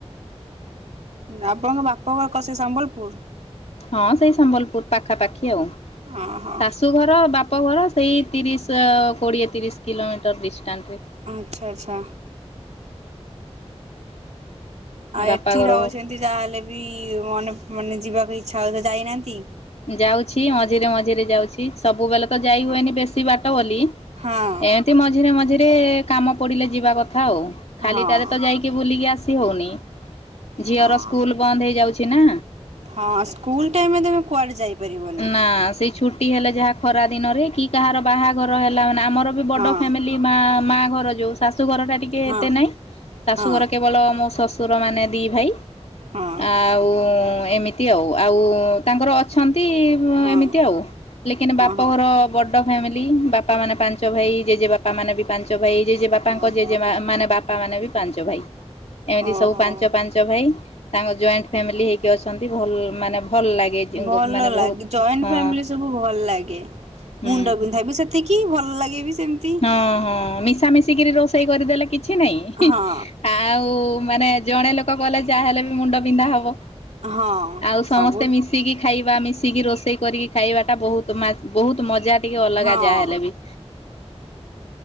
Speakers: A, on the right; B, on the left.
A: ଆପଣଙ୍କ ବାପଘର କସ ସେ ସମ୍ବଲପୁର?
B: ହଁ, ସେଇ ସମ୍ବଲପୁର ପାଖାପାଖି ଆଉ,
A: ଓହୋ
B: ଶାଶୁଘର ବାପ୍ ଅପଘର ସେଇ ତିରିଶ କୋଡ଼ିଏ ତିରିଶ କିଲୋମିଟର ଡିଷ୍ଟାନ୍ସରେ।
A: ଆଚ୍ଛା, ଆଚ୍ଛା। ଆଉ
B: ବାପା
A: ଏଠି
B: ଘର
A: ରହୁଛନ୍ତି। ଯାହେଲେ ବି ମନେ ମାନେ ଯିବାକୁ ଇଚ୍ଛା ହଉଥିବ ଯାଇନାହାନ୍ତି।
B: ଯାଉଛି ମଝିରେ ମଝିରେ ଯାଉଛି, ସବୁବେଲେ ତ ଯାଇ
A: ହଁ
B: ହୁଏନି ବେଶୀ ବାଟ ବୋଲି,
A: ହଁ
B: ଏମ୍ ଏମିତି ମଝିରେ ମଝିରେ କାମ ପଡିଲେ ଯିବା କଥା ଆଉ, ଖାଲିଟାରେ
A: ହଁ
B: ତ ଯାଇ କି ବୁଲିକି ଆସି ହଉନି, ଝିଅର
A: ହଁ।
B: ସ୍କୁଲ ବନ୍ଦ ହେଇଯାଉଛି ନା।
A: ହଁ ସ୍କୁଲ ଟାଇମରେ ତମେ କୁଆଡେ ଯାଇପାରିବନି
B: ନା ସେଇ ଛୁଟି ହେଲେ ଯାହା ଖରା ଦିନରେ କି କାହାର ବାହାଘର ହେଲା ମାନେ ଆମର ବି ବଡ
A: ହଁ
B: ଫ୍ୟାମିଲି ମା ମା ଘର ଯୋଉ, ଶାଶୁ ଘର ଟା ଟିକ କେ
A: ହଁ।
B: ଏତେ ନାଇଁ ଶାଶୁଘର
A: ହଁ
B: କେବଳ ମୋ ଶ୍ୱଶୁର ମାନେ ଦି ଭାଇ
A: ହଁ
B: ଆଉ ଏମିତି ଆଉ, ଆଉ ତାଙ୍କର ଅଛନ୍ତି।
A: ହଁ ହଁ
B: ଏମିତି ଆଉ, ଲେକନ୍ ବାପଘର
A: ହଁ
B: ବ ଡ ଫ୍ୟାମିଲି, ବାପା ମାନେ ପାଞ୍ଚ ଭାଇ, ଜେଜେ ବାପା ମାନେ ବି ପାଞ୍ଚ ଭାଇ, ଜେଜେ ବା ବାପାଙ୍କ
A: ଓହୋ।
B: ଜେଜେମା ମାନେ ବାପା ମାନେ ବି ପାଞ୍ଚ ଭାଇ, ଏମିତି
A: ଓହୋ
B: ସବୁ ପାଞ୍ଚ, ପାଞ୍ଚ ଭାଇ ତାଙ୍କ ଜଏଣ୍ଟ ଫ୍ୟାମିଲି ହେଇକି ଅଛନ୍ତି ଭଲ ମାନେ ଭଲ ଲାଗେ
A: ଭଲ
B: ମାନେ
A: ଲାଗେ
B: ବହୁତ
A: ଜଏଣ୍ଟ
B: ହଁ
A: ଫ୍ୟାମିଲି ସବୁ ଭଲ ଲାଗେ
B: ହୁଁ
A: ମୁଣ୍ଡ ପିନ୍ଧାଇବି ସେ ସେତିକି ଭଲ ଲାଗେ ବି ସେମିତି
B: ହଁ ହଁ ମିଶା ମିିଶିକରି ରୋଷେଇ କରିଦେଲେ କିଛି ନାଇଁ
A: ହଁ
B: ଆଉ ମାନେ ଜଣେ ଲୋକ କଲେ ଯାହାହେଲେ ବି ମୁଣ୍ଡ ବିନ୍ଧା ହବ
A: ହଁ।
B: ଆଉ ସମସ୍ତେ
A: ସବୁ
B: ମିଶିକି ଖାଇବା ମିଶିକି ରୋଷେଇ କରିକି ଖାଇବା ଟା ବହୁତ ବହୁତ ମଜା ଟିକେ ଅଲଗା
A: ହଁ।
B: ଯାହାହେଲେ ବି